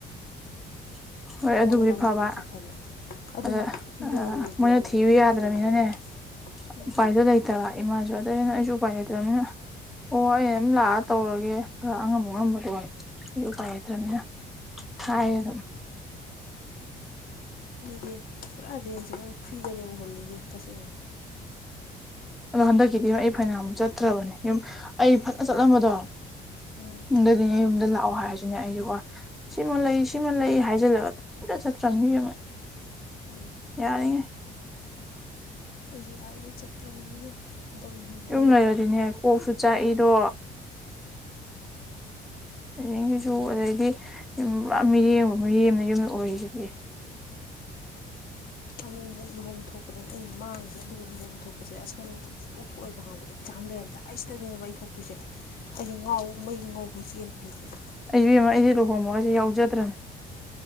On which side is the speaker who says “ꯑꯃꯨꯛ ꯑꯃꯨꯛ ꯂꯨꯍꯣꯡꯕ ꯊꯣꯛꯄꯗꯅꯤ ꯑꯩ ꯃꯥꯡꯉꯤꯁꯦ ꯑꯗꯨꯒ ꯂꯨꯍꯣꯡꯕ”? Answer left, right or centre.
Left